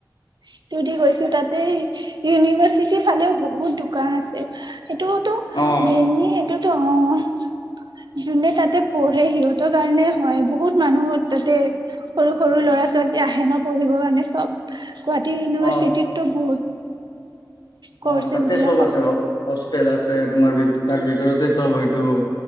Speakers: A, on the right (about 70°); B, on the left (about 65°).
A: সিটোদি গৈছো তাতে ইউনিভাৰ্চিটিৰ ফালেও বহুত দোকান আছে। সেইটোওতো
B: অ
A: মেইনলি সেইটোতো অ যোনে তাতে পঢ়ে সিহঁতৰ কাৰণে হয় বহুত মানুহ তাতে সৰু সৰু ল'ৰা যদি আহে ন পঢ়িব কাৰণে চব গুৱাহাটী ইউনিভাৰ্চিটিততো
B: অ
A: বহুত কৰ্চেছ
B: অ তাতে
A: বিলাক
B: চব আছে হ হোষ্টেল আছে তোমাৰ তাৰ ভিতৰতে চব হয় টো